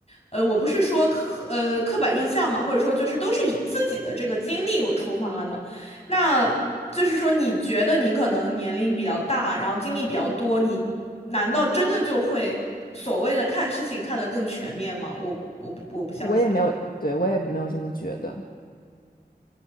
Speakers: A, on the left (about 40°); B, on the left (about 60°).
A: 呃，我不是说刻呃刻板印象嘛，或者说就是都是以自己的这个经历为出发的，那就是说你觉得你可能年龄比较大，然后经历比较多，你难道真的就会所谓的看事情看得更全面吗？我我不我不相信，
B: 我也没有，对，我也没有这么觉得。